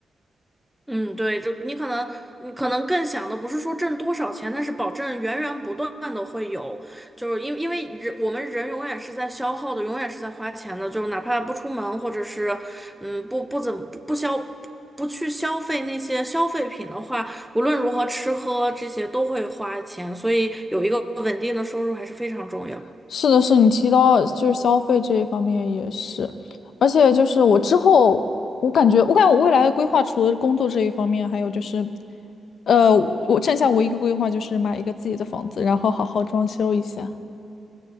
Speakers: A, in the centre; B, on the left (about 75°).
A: 嗯，对，就你可能你可能更想的不是说挣多少钱，但是保证源源不断的会有，就是因为因为人我们人永远是在消耗的，永远是在花钱的，就是哪怕不出门，或者是嗯不不怎么不不消不去消费那些消费品的话，无论如何吃喝这些都会花钱，所以有一个稳定的收入还是非常重要。
B: <laughs> 是的，是你提到就是消费这一方面也是，而且就是我之后我感觉我感觉我未来的规划除了工作这一方面，还有就是。呃，我我剩下唯一一个规划就是买一个自己的房子，然后好好装修一下。